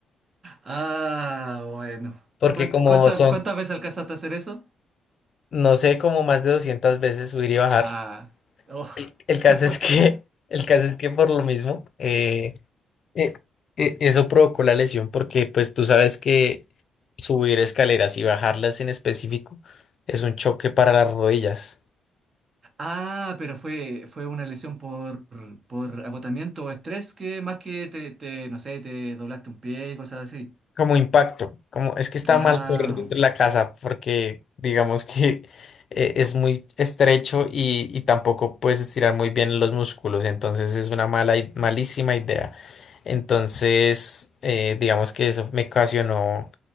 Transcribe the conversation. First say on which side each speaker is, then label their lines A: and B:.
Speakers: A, on the right; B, on the left.
A: Ah, bueno.
B: porque
A: ¿Cuán-
B: como
A: cuánta-
B: son,
A: cuántas veces alcanzaste a hacer eso?
B: no sé, como más de 200 veces subir y bajar.
A: Ah, oh.
B: El, el caso
A: <laughs>
B: es que, <laughs> el caso es que por lo mismo, eh, eh, eh, eso provocó la lesión, porque pues tú sabes que subir escaleras y bajarlas en específico es un choque para las rodillas.
A: Ah, pero fue, fue una lesión por, por agotamiento o estrés que más que te, te, no sé, te doblaste un pie y cosas así.
B: como impacto, como es que está
A: Ah,
B: mal correr dentro de la casa porque digamos que eh, es muy estrecho y, y tampoco puedes estirar muy bien los músculos, entonces es una mala, i- malísima idea. Entonces, eh, digamos que eso me ocasionó